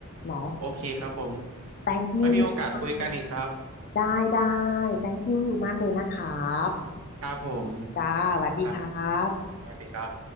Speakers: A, on the left (about 40°); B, on the right (about 75°).
A: เนาะ
B: โอเคครับผม
A: thank you
B: ไม่มีโอกาสคุยกันอีกครับ
A: อยู่มากได้ได้ thank you อยู่มากเลยนะครับ
B: ครับผม
A: จ้าสวัสดีครับ
B: ครับสวัสดีครับ